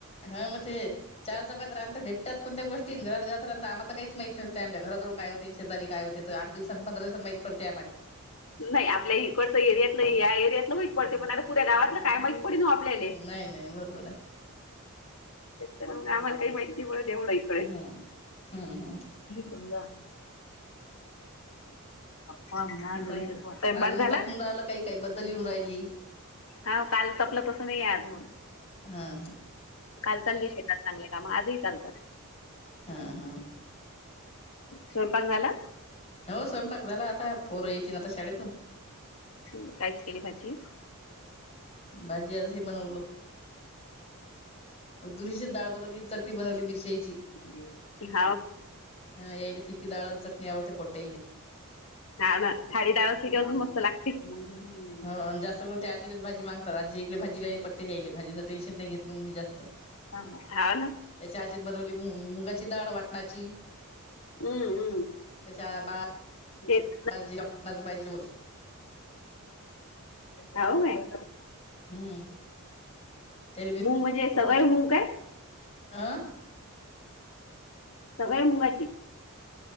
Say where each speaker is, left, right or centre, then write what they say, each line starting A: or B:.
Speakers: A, on the left; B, on the left.
A: हा मग ते चार चौघात राहता भेटत्यात कोणत्या गोष्टी आणि घरात घरात राहता. आम्हाला काही माहीत नव्हतंय आमच्या घराजवळ काय होते, शेजारी काय होते. तर आठ दिवसांनी पंधरा दिवसांनी माहीत पडते आम्हाले.
B: नाही आपल्या इकडचं एरियातलं या एरियातलं माहीत पडते, पण आता पुऱ्या गावातलं काय माहित. पडीन हो आपल्याले.
A: नाही नाही बरोबर आहे.
B: मग आम्हाला काही माहिती पडत येवढ इकडे
A: हम्म हम्म हम्म.
B: समजा. <unintelligible>
A: बाकी
B: स्वयंपाक
A: आज ऊन
B: झाला?
A: तापून राहिलं काही काही बद्दल येऊन राहिली.
B: हा काल सपलं तसं नाही आहे अजून,
A: हा हा
B: काल चालले शेतात चांगले. काम आज ही चालतात.
A: हां हां.
B: स्वयंपाक झाला?
A: हो स्वयंपाक झाला, आता पोरं येथीन आता शाळेतून.
B: काहीच केली भाजी?
A: भाजी आज हे बनवलं. तुरीचे डाळ बनवली, चटणी बनवली मिरच्याईची.
B: <unintelligible>
A: ह याल फिकि डाळ आणि चटणी आवडते पोट हिले.
B: खारीडाळ असले की, अजून मस्त लाग एक <inaudible>
A: हो आणि जास्त करून ते आजीलाच भाजी मागतात. आजी इकडे भाजीला हे पट ते द्यायले, भाजीचं टेन्शन नाही घेत मग मी जास्त.
B: हाव ना
A: त्याची आजी बनवली मुंग, मुगाची डाळ वाटणाची.
B: अं अं.
A: त्याच्या बाळ.
B: <unintelligible>
A: डाळ जीरा <unintelligible> पाहिजे बोल.
B: हा हो काय.
A: हम्म त्याला
B: मुंग म्हणजे सवय मुंग काय?
A: आं.
B: सगळ्या मुंगाची.